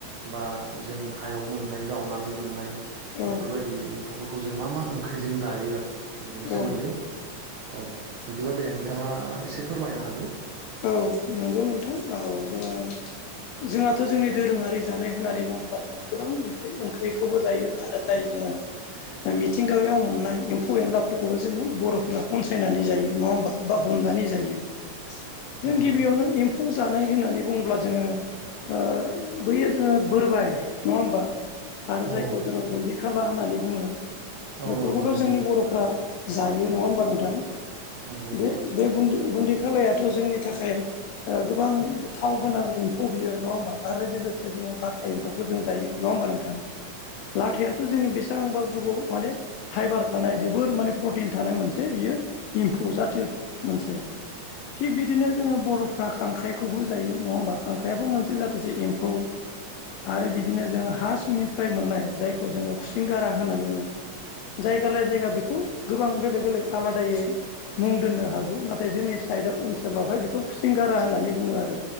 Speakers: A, on the right (about 80°); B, on the left (about 85°).
A: बा जों हायाव मोननाय जावनानै मोननाय
B: औ
A: बेफोरबायदि एम्फौफोरखौ जों मा मा ओंख्रिजों जायो आरो बेफोरनि
B: औ
A: सोमोन्दै औ बिदिबा दे नोंथाङा एसे फोरमायनो होदो।
B: औ नोंगौ नो नोंथां औ जोङो जोंहाथ' जोंनि दोरोङारि जानाय होननानै बुङोब्ला जों गोबां ओंख्रि ओंख्रिखौबो जायो आरो जाय जोङो मिथिंगायाव मोननाय एम्फौ एनलाफोरखौबो जोङो बर'फोरा खनसायनानै जायो नङा होमबा? बा हमनानै जायो जों
A: नंगौ
B: गिबियावनो इम्फौ जानाय होननानै बुङोब्ला जोङो ओ बैयो जोङो बोरबाय नङा होमबा? आरो
A: औ
B: जायखौ जोङो गुन्दि खालार होननानै बुङो।
A: औ
B: बेफोरखौथ'
A: मोनजोद
B: जोंनि बर'फ्रा जायो नङा होमबा नोंथां।
A: नोंगौ
B: बे बे गुन्दै गुन्दै खालायाथ' जोंनि थाखाय ओ गोबां गोथाव गोनां इम्फौ बियो नङा होमबा आरो लाथा एम्फौखौ जों जायो नङा होमबा नोंथां? लाथायाथ' जोंनि बे सांबा गोबौ माने फाइबार थानाय जोबोर माने प्रटिन थानाय मोनसे बियो इम्फौ जाथो मोनसे। थिग बिदिनो जोङो बर'फ फ्रा खांख्राइखौबो जायो नङा होमबा खांख्राइआबो मोनसे जाथिसे एम्फौ। आरो बिदिनो जोङो हा सिंनिफ्राय मोननाय जायखौ जोङो खुसिंग्रा होननानै बुङो। जायगा लाय जायगा बेखौ गोबां बेलेग बेलेग आलादायै मुं दोननो हागौ नाथाय जोंनि साइडाव ओनसोलावहाय बेखौ खु सिंगारा होननानै बुङो आरो